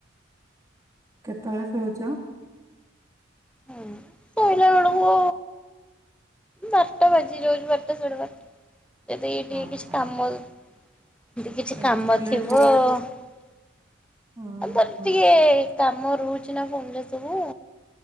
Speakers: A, on the right (about 15°); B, in the centre.
A: କେତେବେଳେ ଶୋଉଚ।
B: ହୁଁ ଶୋଇଲା ବେଳକୁ ବାରଟା ବାଜି ଯାଉଛି ବାରଟା ସାଢ଼େ ବାରଟା ଯଦି ଏଇ
A: ବାବାରେ
B: ଟିକେ କିଛି କାମ ଏମିତି କିଛି କାମ
A: ଏତେ ଲେଟ୍
B: ଥିବ <unintelligible>
A: ଓହୋ
B: କାମ ରହୁଛି ନା ଫୋନ୍ ରେ ସବୁ।